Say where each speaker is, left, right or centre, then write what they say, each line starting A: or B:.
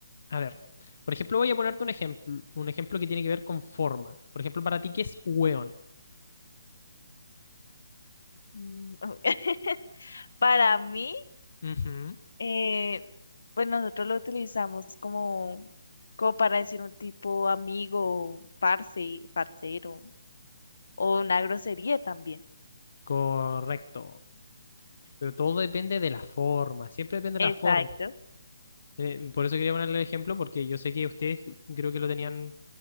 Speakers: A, on the left (about 45°); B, on the left (about 70°).
A: a ver, por ejemplo, voy a ponerte un ejemplo, un ejemplo que tiene que ver con forma. Por ejemplo, para ti, ¿qué es hueón?
B: mm, <laughs> para mí,
A: Ujú,
B: eh, pues nosotros lo utilizamos como, como para decir un tipo amigo, parce, parcero, o una grosería también.
A: correcto. Pero todo depende de la forma, siempre depende de
B: Exacto.
A: la forma. Eh, por eso quería ponerle el ejemplo, porque yo sé que ustedes creo que lo tenían